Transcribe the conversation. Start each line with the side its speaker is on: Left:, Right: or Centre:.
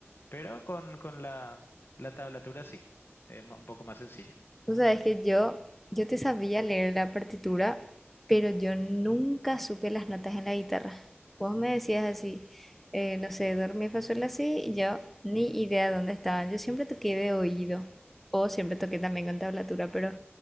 Left: Pero con, con la, la tablatura sí, es ma- un poco más sencillo.
Centre: Tú sabes que yo, yo te sabía leer la partitura, pero yo nunca supe las notas en la guitarra. Vos me decías así, eh, no sé, do, re, mi, fa, sol, la, si, y yo ni idea dónde estaban. Yo siempre toqué de oído, o siempre toqué también con tablatura, pero